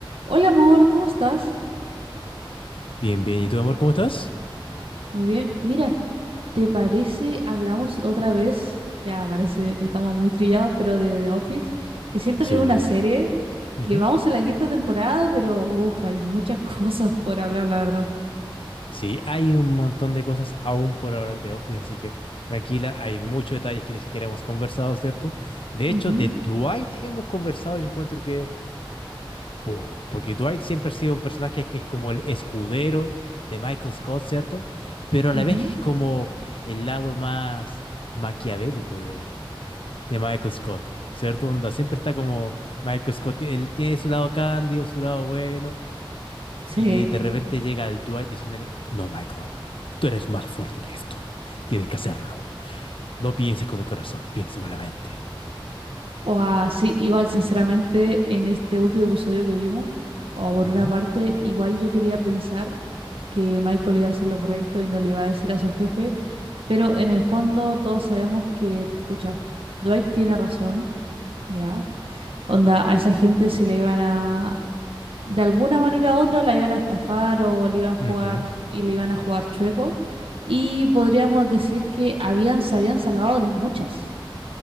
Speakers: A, on the right; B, on the left.
A: Hola amor, ¿cómo estás?
B: Bien, bien. ¿Y tú, amor, cómo estás?
A: Muy bien. Mira, ¿te parece hablamos otra vez? Ya parece, ya estamos muy trillados, pero de The Office, que siento
B: Sí.
A: que es una serie
B: ujú.
A: que vamos a la quinta temporada, pero uff, hay muchas <laughs> cosas por hablar, la verdad.
B: Sí, hay un montón de cosas aún por hablar de Office, así que tranquila, hay muchos detalles que ni siquiera hemos conversado, ¿cierto? De
A: Ujú,
B: hecho, de Dwight hemos conversado y encuentro que poco, porque Dwight siempre ha sido un personaje que es como el escudero de Michael Scott, ¿cierto? Pero
A: ujú.
B: a la vez es como el lado más maquiavélico de, de Michael Scott, ¿cierto? Onda, siempre está como Michael Scott, él tiene su lado cándido, su lado bueno
A: Sí.
B: Y de repente llega el Dwight diciéndole, no, Michael, tú eres más fuerte que esto. Tienes que hacerlo. No pienses con el corazón, piensa con la mente.
A: O así, igual sinceramente en este último episodio que vimos, o por
B: Ujú,
A: una parte, igual yo quería pensar que Michael iba a hacer lo correcto y no le iba a decir a su jefe. Pero en el fondo todos sabemos que, pucha, Dwight tiene razón, ¿ya? Onda, a esa gente se le iban a, de alguna manera u otra, la iban a estafar o le iban a jugar
B: ujú.
A: y le iban a jugar chueco. Y podríamos decir que habían, se habían salvado de muchas,